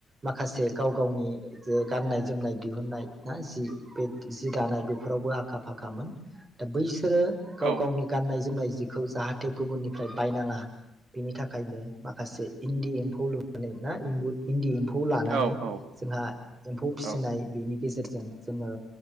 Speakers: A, on the right; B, on the right.
A: माखासे गाव गावनि जे गाननाय-जोमनाय दिहुननाय ना जि बे जि दानाय बेफोरावबो आखा-फाखामोन दा बैसोरो गाव
B: औ
A: गावनि गाननाय-जोमनाय जिखौ जाहा थे गुबुननिफ्राय बायनाङा बेनि थाखायनो माखासे इन्दि एम्फौ फौ लुनानै ना <unintelligible> इन्दि एम्फौ लानानै
B: औ
A: जोंहा एम्फौ फिसिनाय
B: औ
A: बेनि गेजेरजों जोङो